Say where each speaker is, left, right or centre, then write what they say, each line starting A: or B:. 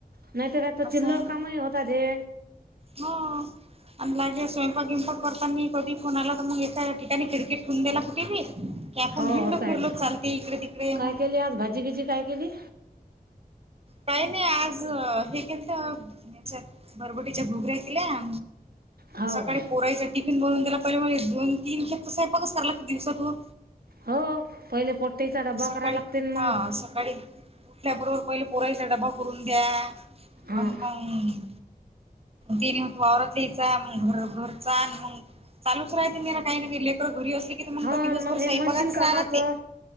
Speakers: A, on the right; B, on the right.
A: नाही तर आता
B: असं
A: चिल्लर कामही होतात हे
B: हं, अन माजे स्वयंपाक बीयपांक करताना कधी फोन आला मग एका ठिकाणी खिडकीत ठिवून देला कुठे बी, की आपण
A: हो
B: हिंडलो
A: असं
B: फिरलो
A: आहे ते
B: चालते इकडे तिकडे
A: काय
B: मग.
A: केली आज भाजी बीजी काय केली?
B: काही नाही. आज हे केलंतं, म्हणजे बरबटीच्या घुगऱ्या केल्या
A: हो
B: सकाळी
A: काय
B: पोरायचा टिफिन बनवून दिला. पहिले मला दोन-तीन खेपा तर सैपाकच कराय लागते दिवसातून.
A: हो. पहिले पोट्टेयचा डब्बा
B: सकाळी
A: करा लागतेन
B: हा
A: मंग
B: सकाळी उठल्याबरोबर पहिले पोरईचा डबा करून द्या.
A: हं.
B: आन मंग ते नही होत वावरतलियचा, मग घर- घरचा आन मग चालूच राहते मेरा काही ना काही. लेकरं घरी असले की तर मग
A: हा
B: तर दिवसभर
A: न मग
B: स्वयंपाकातच
A: हे मशीन कामाचं.
B: राहाय लागते.